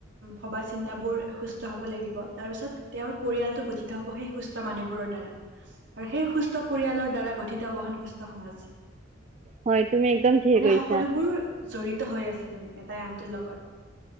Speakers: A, on the right; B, on the right.
A: ভবা চিন্তাবোৰ সুস্থ হ'ব লাগিব! তাৰপিছত তেওঁৰ পৰিয়ালটো গঠিত হ'ব সেই সুস্থ মানুহবোৰৰ দ্বাৰা! আৰু সেই সুস্থ পৰিয়ালৰ দ্বাৰা গঠিত হ'ব এখন সুস্থ সমাজ!
B: হয় তুমি একদম ঠিকে
A: মানে
B: কৈছা।
A: সকলোবোৰ জড়িত হৈ আছে মানে এটাই আনটোৰ লগত!